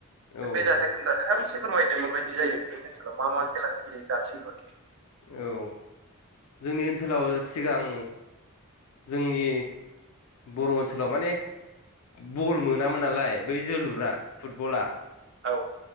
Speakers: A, on the left; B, on the right.
A: औ
B: बे जाथायखौनो थाब एसे फोरमायदो माबायदि जायो नोंथनि ओनसोलाव मा मा खेला गेलेयो दासिमबो
A: औ जोंनि ओनसोलाव सिगां जोंनि बर' ओनसोलाव माने बल मोनामोन नालाय बै जोलुरा फुटबला
B: औ